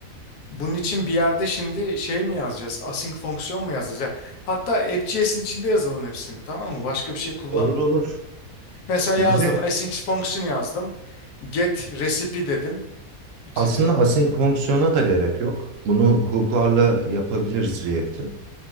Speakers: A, on the left; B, on the right.
A: bunun için bir yerde şimdi şey mi yazacağız? Async fonksiyon mu yazacağız? Ya, hatta AppJS'in içinde yazalım hepsini tamam mı? Başka bir şey kullanmıyorum.
B: Olur olur.
A: Mesela
B: Direkt
A: yazdım. Async fonksiyon yazdım. Get recipe dedim. Re-
B: aslında asenkronksiyona da gerek yok. Bunu hook'larla yapabiliriz React'in.